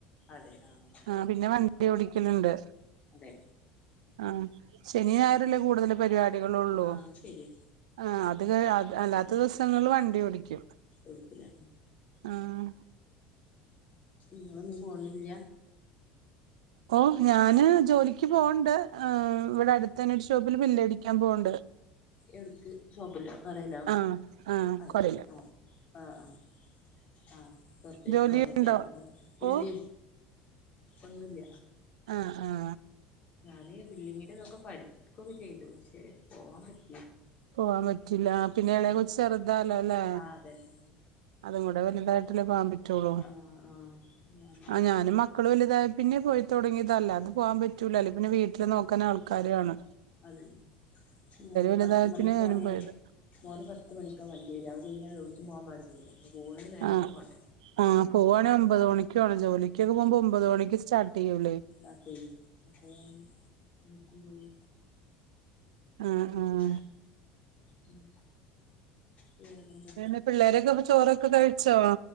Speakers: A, on the left; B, on the right.
A: അതെ ആഹ്
B: ആ പിന്നെ വണ്ടി ഓടിക്കലണ്ട്
A: അതെ
B: ആ ശനിയാ ഞായറില്ലേ കൂടുതൽ പരിപാടികള ഉള്ളൂ
A: ആഹ് ശരിയാ
B: ആഹ് അത് അല്ലാത്ത ദിവസങ്ങള് വണ്ടി ഓടിക്കും
A: ഒളിക്കല
B: ആഹ്
A: നിങ്ങളൊന്നും പോണില്ല
B: ഓ ഞാന് ജോലിക്ക് പോകണ്ട് ഇവിടെ അടുത്തന്നെ ഒരു ഷോപ്പില് ബില്ലടിക്കാൻ പോവണ്ട്
A: എടുക്ക് ഷോപ്പില കഥയിലോ
B: ആഹ് ആഹ്
A: അതെ
B: കൊഴയില്ല
A: ആ ആ ആഹ് ആഹ് പെറത്തിരിക്കണൊന്നില്ലല്ലോ
B: ജോലിയുണ്ടോ
A: ഇല്ല
B: ഓ
A: ഒന്നുംല്ല
B: ആഹ് ആഹ്
A: ഞാന് ബില്ലിങ്ങിന്റെതൊക്കെ പഠിക്കൊക്കെ ചെയ്തു. പക്ഷെ പോവാൻ പറ്റ്
B: പോവാൻ പറ്റില്ല പിന്നെ ഇളയെ
A: ആഹ്
B: കൊച്ച് ചെറുതാലോ അല്ലേ
A: ആഹ് അതന്നെ
B: അതും കൂടെ വലുതായിട്ട പോകാൻ പറ്റുള്ളൂ
A: ആഹ് ആഹ് ഞാന്
B: ആഹ് ഞാനും മക് മക്കൾ വലുത പിന്നെ പോയി തുടങ്ങിയതല്ല അത് പോകാൻ പറ്റൂല അല്ലേ പിന്നെ വീട്ടില് നോക്കാ ആൾക്കാരാണ്
A: അതെ മോൻ
B: വലുതായ
A: പത്ത് മണിക്കാണ്
B: പിന്നെ ഞാനും പോയത്
A: മോനെ പത്ത് മണിക്കാ വണ്ടി വരും അവത് കഴിഞ്ഞാൽ എടുക്കും പോകൻ പാടില്ലല്ലോ പോണേ നേരത്തെ
B: ആഹ്
A: പോണ്ടേ
B: ആഹ് പോവാണങ്കിൽ ഒമ്പത് മണിക്ക് പോണം ജോലിക്കൊക്ക പോക്മ്പോ ഒമ്പത് മണിക്ക് സ്റ്റാർട്ട് ചെയ്യൂല്ലേ
A: അതെന്നെ അപ്പൊ ഞാൻ എവിട്ക്കും പോയി
B: ആഹ്
A: ട്ടില്ല.
B: ആഹ്
A: ഉം വേറെന്ത?
B: അതെന്നെ പിള്ളേരൊക്കെ ഇപ്പൊ ചോറൊക്കെ കഴിച്ചോ